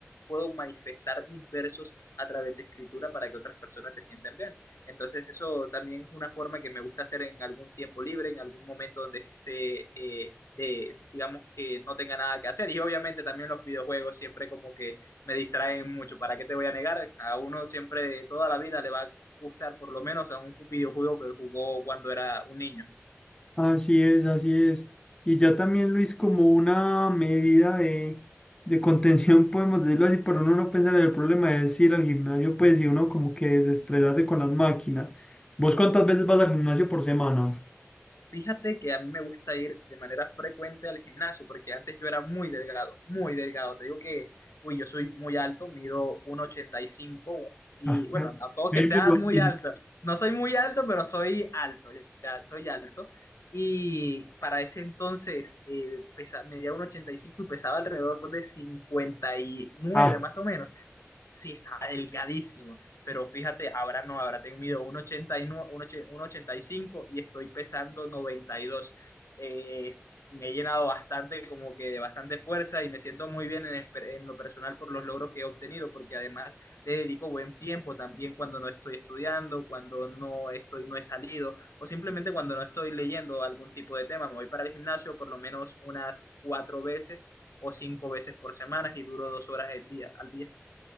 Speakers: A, on the left; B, on the left.
A: puedo manifestar mis versos a través de escritura para que otras personas se sientan bien. Entonces eso también es una forma que me gusta hacer en algún tiempo libre, en algún momento donde esté, eh, de, digamos que no tenga nada que hacer. Y obviamente también los videojuegos siempre como que me distraen mucho. ¿Para qué te voy a negar? A uno siempre toda la vida le va a gustar por lo menos a un videojuego que jugó cuando era un niño.
B: Así es, así es. Y ya también, Luis, como una medida de, de contención, <laughs> podemos decirlo así, pero uno no pensar en el problema de ir al gimnasio, pues, y uno como que desestresarse con las máquinas. ¿Vos cuántas veces vas al gimnasio por semana?
A: Fíjate que a mí me gusta ir de manera frecuente al gimnasio, porque antes yo era muy delgado, muy delgado. Te digo que, uy, yo soy muy alto, mido 1,85 y cinco y
B: Ah,
A: bueno,
B: me-
A: tampoco
B: me-
A: que sea
B: lo
A: muy
B: mismo.
A: alto. No soy muy alto, pero soy alto, ya, ya soy alto. Y para ese entonces eh, pesa- medía 1,85 y cinco y pesaba alrededor de 59
B: ah,
A: más o menos. Sí, está delgadísimo. Pero fíjate, ahora no, ahora tengo mido 1,89, ochenta y nueve, uno ochenta y y cinco y estoy pesando 92. Eh, me he llenado bastante, como que de bastante fuerza y me siento muy bien en, esper- en lo personal por los logros que he obtenido, porque además le dedico buen tiempo también cuando no estoy estudiando, cuando no estoy, no he salido o simplemente cuando no estoy leyendo algún tipo de tema. Me voy para el gimnasio por lo menos unas cuatro veces o cinco veces por semana y duro dos horas el día, al día.